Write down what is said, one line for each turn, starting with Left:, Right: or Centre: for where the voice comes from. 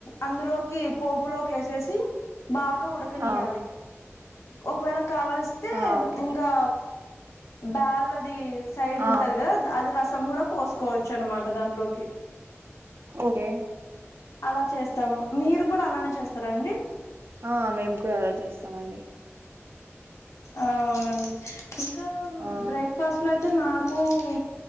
Left: అందులోకి పోపులోకి వేసేసి బాగా ఉడకనియాలి
Right: ఆ
Left: ఒకవేళ కావల్స్తే
Right: ఆ ఓకే
Left: ఇంకా బెల్లది సైడ్
Right: ఆ
Left: ఉంటంది కదా అది ర ం కూడా పోసుకోవచ్చు అన్నమాట దాంట్లోకి
Right: ఓకే
Left: అలా చేస్త తం మీరు కూడా అలానే చేస్త ఇస్తారండి
Right: ఆ మేము కూడా అలా చేస్తామండి
Left: అవునండి ఇంకా
Right: ఆ
Left: బ్రేక్ఫాస్ట్ లో అయితే నాకు కు